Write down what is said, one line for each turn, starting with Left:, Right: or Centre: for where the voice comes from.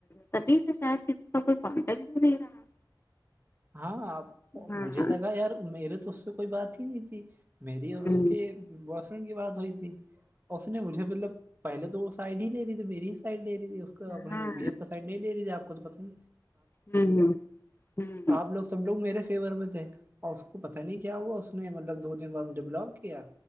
Left: تبھی اس کے ساتھ کسی کا کوئی کانٹٹ بھی نہیں رہا
Right: ہاں
Left: ہاں
Right: مجھے لگا یار میرے تو اس سے کوئی بات ہی نہیں تھی میری اور
Left: ہوں
Right: اس کے بوائے فرینڈ کی بات ہوئی تھی اس نے مجھے مطلب پہلے تو سائڈ ہی لے رہی تھی مری ہی سائڈ لے رہی تھی اس کا
Left: ہاں
Right: اپنے بی ایف کا سائڈ نہیں لے رہی تھی آپ کو تو پتا ہے
Left: <unintelligible>
Right: آپ لوگ سب لوگ میرے فیور میں تھے اور اس کو پتا نہیں کیا ہوا اس نے مطلب دو دن بعد مجھے بلاک کیا